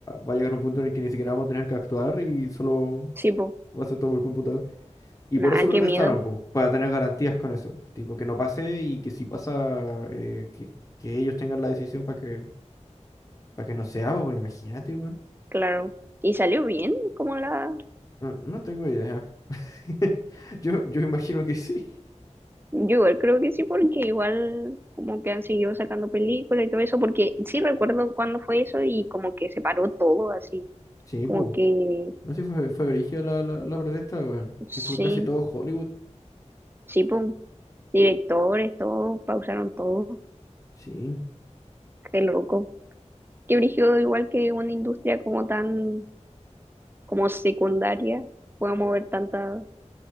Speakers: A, on the left; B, on the right.
A: va a llegar un punto en el que ni siquiera vamos a tener que actuar y solo
B: Sí, po.
A: va a ser todo por computador. Y
B: Nada,
A: por eso
B: qué
A: protestaron,
B: miedo,
A: pues, para tener garantías con eso. Tipo, que no pase y que si pasa, eh, que, que ellos tengan la decisión para que, para que no sea, pues, porque imagínate, weón.
B: claro. Y salió bien, como la...
A: No, no tengo idea. <laughs> Yo, yo imagino que sí.
B: Yo igual creo que sí, porque igual como que han seguido sacando películas y todo eso, porque sí recuerdo cuándo fue eso y como que se paró todo así
A: Sí,
B: como
A: pues.
B: que
A: No sé si fue, fue brígida la, la, la protesta, weón. Si
B: Sí,
A: fue casi todo Hollywood.
B: sí, pum. Directores, todos, pausaron todo.
A: Sí.
B: Qué loco. Qué brígido, igual que una industria como tan, como secundaria, pueda mover tantas,